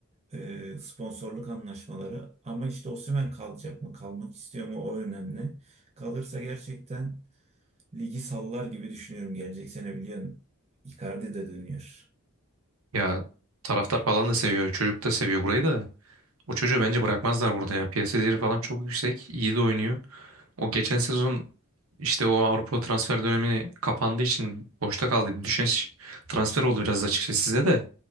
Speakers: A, on the right; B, on the right.
A: e, sponsorluk anlaşmaları. Ama işte Osimhen kalacak mı, kalmak istiyor mu o önemli. Kalırsa gerçekten ligi sallar gibi düşünüyorum gelecek sene biliyorsun. Icardi de dönüyor.
B: Ya taraftar falan da seviyor. Çocuk da seviyor burayı da. O çocuğu bence bırakmazlar burada ya. Piyasa değeri falan çok yüksek. İyi de oynuyor. O geçen sezon işte o Avrupa transfer dönemi kapandığı için boşta kaldı. Bir düşen transfer oldu biraz açıkçası size de.